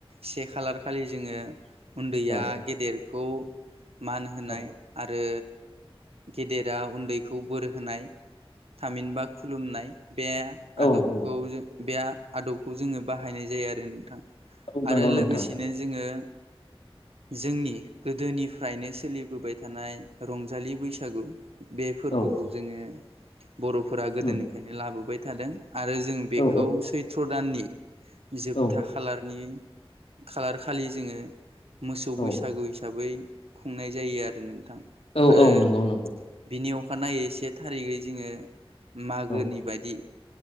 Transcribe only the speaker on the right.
से खालार खालि जोङो उन्दैया
गेदेर खौ मान
होनाय आरो गेदेद दा उन्दैखौ बोर होनाय थामिनबा खुलुमनाय बे
आदबखौ
जों बे आदबखौ जोङो बाहायनाय जायो आरो नोंथां।
आरो लोगोसेनो
जोङो जोंनि गोदोनिफ्रायनो सोलिबोबाय थानाय रंजालि बैसागु बे फोरबोखौ
जोङो बर'फोरा गोदोनिफ्रायनो
लाबोबाय थादों आरो जों बेखौ
सैथ्र' दाननि जोबथा
खालारनि खालार खालि जोङो मोसौ
बैसागु हिसाबै खुंनाय जायो आरो नोंथां।
आरो
बिनि अखानायै से थारिगै जोङो मागोनि
बायदि